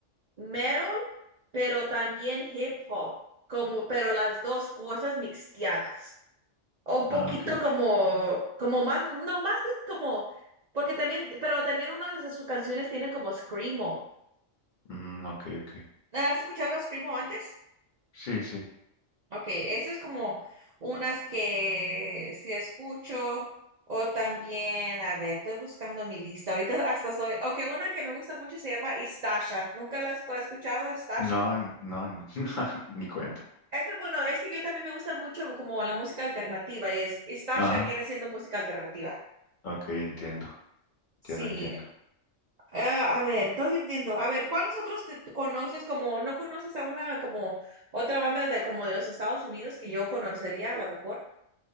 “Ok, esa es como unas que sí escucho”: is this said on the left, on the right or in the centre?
Right